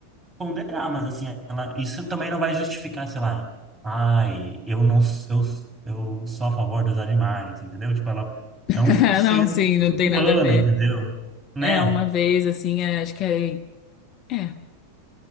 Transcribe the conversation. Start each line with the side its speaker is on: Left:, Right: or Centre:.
Right: ponderar, mas assim, ela- isso também não vai justificar, sei lá, ai, eu não, s- eu, s- eu sou a favor dos animais, entendeu? Tipo, ela
Left: <laughs>
Right: é um por cento
Left: Não, sim,
Right: do
Left: não tem nada
Right: ano,
Left: a ver.
Right: entendeu? Né?
Left: É, uma vez, assim, é, acho que é. É.